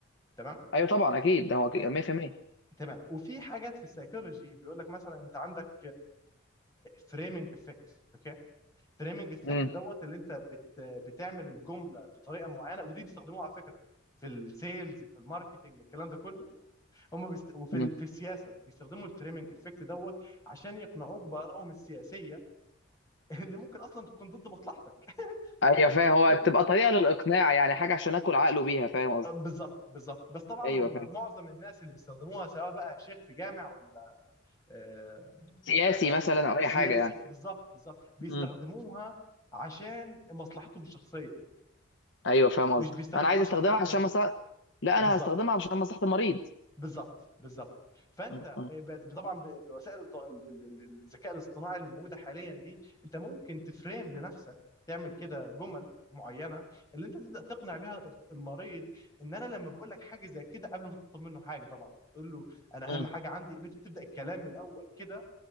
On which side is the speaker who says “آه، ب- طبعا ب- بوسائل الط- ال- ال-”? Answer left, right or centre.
Left